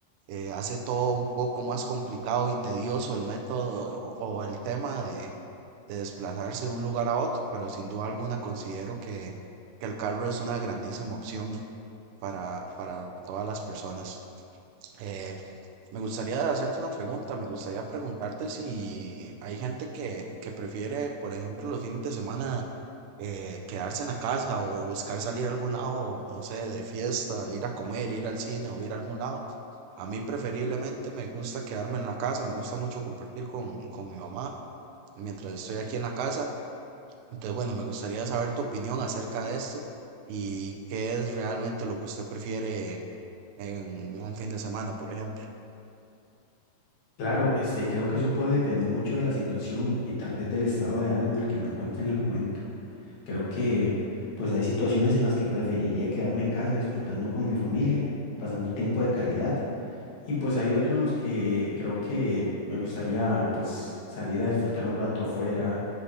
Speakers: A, on the right (about 85°); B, on the left (about 65°).
A: eh, hace todo un poco más complicado y tedioso el método o el tema de, de desplazarse de un lugar a otro, pero sin duda alguna considero que, que el carro es una grandísima opción para, para todas las personas. Eh, me gustaría hacerte una pregunta, me gustaría preguntarte si hay gente que, que prefiere, por ejemplo, los fines de semana eh, quedarse en la casa o buscar salir a algún lado, no sé, de fiesta, ir a comer, ir al cine o ir a algún lado. A mí preferiblemente me gusta quedarme en la casa, me gusta mucho compartir con, con mi mamá mientras estoy aquí en la casa. Entonces, bueno, me gustaría saber tu opinión acerca de esto y qué es realmente lo que usted prefiere en un fin de semana, por ejemplo.
B: Claro, este, creo que eso puede depender mucho de la situación y tal vez del estado de ánimo en el que me encuentre en el momento. Creo que pues hay situaciones en las que preferiría quedarme en casa disfrutando con mi familia, pasando tiempo de calidad Y pues hay otro en los que creo que me gustaría pues salir a disfrutar un rato afuera,